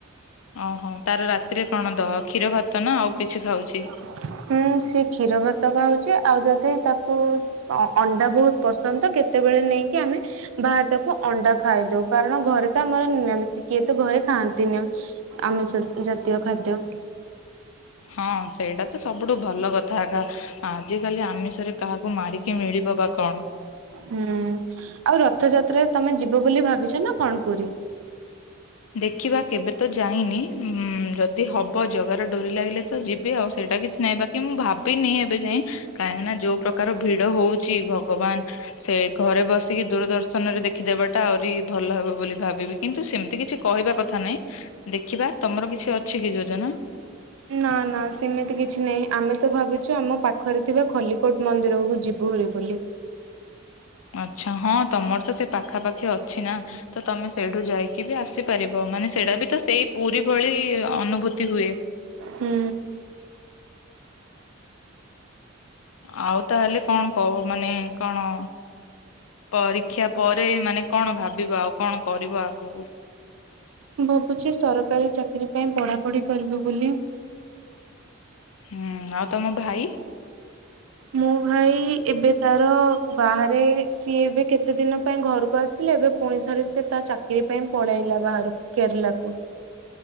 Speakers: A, on the left; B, on the right.
A: ଓହୋ ତାର ରାତିରେ କଣ ଦ କ୍ଷୀର ଭାତ ନା ଆଉ କିଛି ଖାଉଛି?
B: <inaudible> ହୁଁ ସେ କ୍ଷୀର ଭାତ ଖାଉଚି, ଆଉ ଯଦି ତାକୁ ଅ ଅଣ୍ଡା ବୋହୁତ ପସନ୍ଦ କେତେବେ ବେଳେ ନେଇକି ଆମେ ବାହାର ତାକୁ ଅଣ୍ଡା ଖାଇଦୋଉ, କାରଣ ଘରେ ତ ଆମର ନିରାମିଷ କିଏ ତ ଘରେ ଖାଆ <unintelligible> ଆମିଷ ଜାତୀୟ ଖାଦ୍ୟ।
A: ହଁ ସେଇଟା ତ ସବୁଠୁ ଭଲ କଥା ଏକା ଆଜିକାଲି ଆମିଷରେ କାହାକୁ ମାରିକି ମିଳ <unintelligible> କଣ?
B: ହୁଁ ଆଉ ରଥଯାତ୍ରାରେ ତମେ ଯିବ ବୋଲି ଭାବିଛ ନା କଣ ପୁରୀ?
A: ଦେଖିବା କେବେ ତ ଯାଇନି ହଁ ଯଦି ହବ ଜଗା ଡୋରି ଲାଗିଲେ ତ ଯିବି ଆଉ, ସେଇଟା କିଛି ନାହିଁ ବାକି ମୁଁ ଭାବିନି ଏବେ ଯାଏଁ କାହିଁକିନା ଯୋଉ ପ୍ରକାର ଭିଡ ହଉଛି ଭଗବାନ ସେ ଘରେ ବସିକି ଦୂରଦର୍ଶନ ରେ ଦେଖ ଦେବାଟା ଆହୁରି ଭଲ ହବ ବୋଲି ଭାବିବି କିନ୍ତୁ ସେମିତି କିଛି କହିବା କଥା ନାଇଁ ଦେଖିବା ତମର କିଛି ଅଛି କି ଯୋଜନା?
B: ନା ନା ସେମିତି କିଛି ନାହିଁ ଆମେ ତ ଭାବିଛୁ ଆମ ପାଖରେ ଥିବା ଖଲିକୋଟ ମନ୍ଦିରକୁ ଯିବୁ। <unintelligible> ବୁଲି।
A: ଆଛା ହଁ ତମର ତ ସେ ପାଖାପାଖି ଅଛି ନା ତ ତମେ ସେଇଠୁ ଯାଇି କିଏ ବି ଆସିପାରିବ ମାନେ ସେଇଟା ବି ତ ସେଇ ପୁରୀ ଭଳି ଅନୁଭୂତି ହୁଏ।
B: ହୁଁ।
A: ଆଉ ତାହେଲେ କଣ କୋ ମାନେ କଣ ପରୀକ୍ଷା ପରେ ମାନେ କଣ ଭାବିବ ଆଉ କଣ କରିବ ଆଗକୁ।
B: ଭାବୁଛି ସରକାରୀ ଚାକିରୀ ପାଇଁ ପଢାପଢି କରିବି ବୋଲି।
A: ହୁଁ ଆଉ ତମ ଭାଇ।
B: ମୋ ଭାଇ ଏବେ ତାର ବାହାରେ ସିଏ ଏବେ କେତେ ଦିନ ପାଇଁ ଘରକୁ ଆସି ଏବେ ପୁଣି ଥରେ ସେ ତା ଚାକିରୀ ପାଇଁ ପଳେଇଲା ବାହାରକୁ କେରଲାକୁ।